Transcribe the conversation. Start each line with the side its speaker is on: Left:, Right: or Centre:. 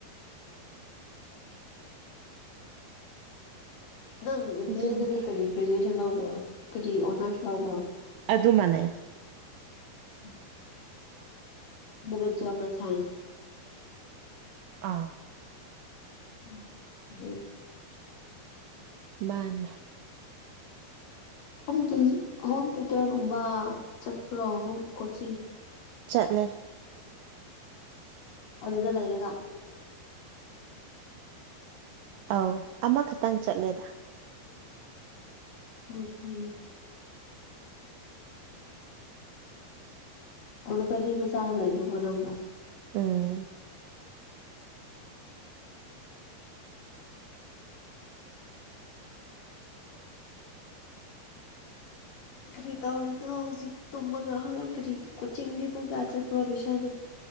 Left: ꯅꯪ
Right: ꯑꯗꯨꯅꯤꯗ
Left: ꯕꯤ ꯑꯦꯗꯗꯤ ꯀꯔꯤ ꯒ꯭ꯔꯦꯖꯨꯑꯦꯁꯟ ꯂꯧꯕ꯭ꯔꯣ ꯀꯔꯤ ꯑꯣꯅꯔꯁ ꯂꯧꯕ꯭ꯔꯣ
Right: ꯑꯗꯨ ꯑꯗꯨ ꯃꯅꯦ
Left: ꯎ ꯏꯟꯚꯐ ꯁꯥꯏꯟꯁ
Right: ꯑꯥ
Left: ꯎꯝ ꯍꯗꯤ
Right: ꯃꯥꯥꯟ
Left: ꯍꯝ ꯍꯣꯝ ꯇꯇꯔꯒ ꯆꯠꯄ꯭ꯔꯣ ꯍꯣꯝ ꯀꯣꯆꯤꯡ
Right: ꯆꯠꯂꯦ
Left: ꯑꯗꯨꯗ ꯂꯩꯔꯒ
Right: ꯑ ꯑꯃꯈꯛꯇꯪ ꯆꯠꯂꯦꯗ
Left: ꯎꯝ ꯑꯣ ꯐ ꯑꯣꯅ ꯐꯔꯤꯕꯨ ꯆꯥꯍ ꯂꯩꯕ ꯀꯣꯅꯧꯗ
Right: ꯎꯝ
Left: ꯀꯒ꯭ꯔꯤꯇꯥ ꯍꯣꯔꯅ ꯍꯧꯖꯤꯛ ꯇꯨꯝꯃꯒ ꯍꯔꯦꯔꯤ ꯀꯣꯆꯤꯡꯗꯤ ꯄꯨꯡ ꯀꯌꯥ ꯆꯠꯄ꯭ꯔꯣ ꯑꯗꯨꯁꯅꯦ